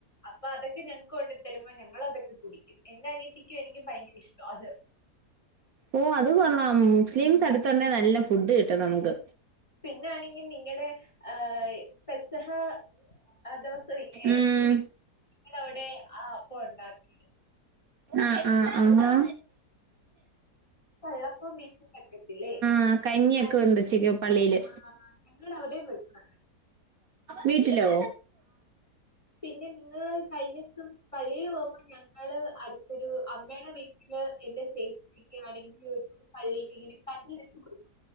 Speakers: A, on the left (about 20°); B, on the right (about 60°).
A: അപ്പൊ അതൊക്കെ ഞങ്ങക്ക് കൊണ്ടതരുമ്പോ ഞങ്ങളതൊക്കെ കുടിക്കും എന്റെ അനിയത്തിക്കും എനിക്കും ഭയങ്കര ഇഷ്ട ആ
B: ഓഹ്‌ അത് കൊള്ളാം മുസ്ലിംസ്
A: ഉം.
B: അടുത്തുണ്ടേ നല്ല ഫുഡ് കിട്ടും നമുക്ക്.
A: പിന്നൊണെങ്കി നിങ്ങടെ ആഹ് പെസഹ ആ ദിവസം ഇല്ലേ.
B: ഉം
A: നിങ്ങടെ അവ്ടെ ആ അപ്പോ ഒണ്ടാക്കി
B: ആഹ്‌ ആഹ്‌ അഹാ
A: കള്ളപ്പും ബീഫും വെക്കത്തില്ലേ?
B: ആഹ്‌ കഞ്ഞിയൊക്കെ
A: അത്
B: ഒണ്ട് ഉച്ചക്ക് പള്ളീല്.
A: ആഹ് ഞങ്ങടെ അവിടേം വെക്കും അങ്ങനെ
B: വീട്ടിലോ?
A: പിന്നെ നിങ്ങള് കഴിഞ്ഞോസം. പള്ളില് പോകുമ്പോ ഞങ്ങള് അടുത്തൊരു അമ്മയുടെ വീട്ടില്. എന്റെ സേഫിറ്റക്ക് അടങ്ങി ഒതുങ്ങി പള്ളിക്ക് ഇങ്ങനെ കഞ്ഞിവെച്ച് കൊടുക്കും..